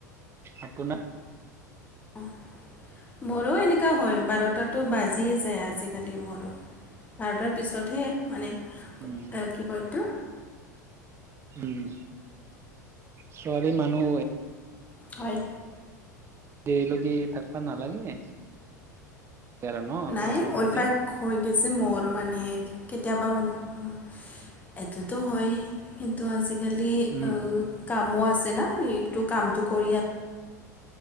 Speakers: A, on the right; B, on the left.
A: আপোনোৰ
B: <inaudible> মৰো এনেকুৱা হয়, বাৰটাতো বাজিয়ে যায় আজিকালি মৰো। বাৰ তাৰ পিছতহে মানে
A: উম
B: আহ, কি কয় এইটো
A: উম। ছোৱালী মানুহ
B: হয়।
A: দেৰিলকে থাকবা নালাগে। আৰু ন'
B: নাই
A: হিচাপ মতে।
B: অইফাক হৈ গৈছে মোৰ মানে কেতিয়াবা মানে <unintelligible> এইটো টো হয় কিন্তু আজিকালি
A: উম,
B: কামো আছে না এইটো কাম টো কৰিয়াত